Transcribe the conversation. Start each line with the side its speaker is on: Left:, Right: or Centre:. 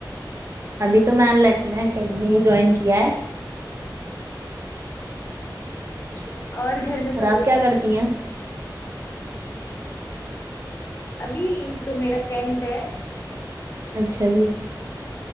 Right: ابھی تو میں لیکمے اکیڈمی جوائن کیا ہے
Left: اچھا اور گھر میں
Right: اور
Left: سب
Right: آپ
Left: لوگ
Right: کیا
Left: کیسے
Right: کرتی
Left: ہیں ابھی تو میرا ٹینتھ ہے
Right: اچھا جی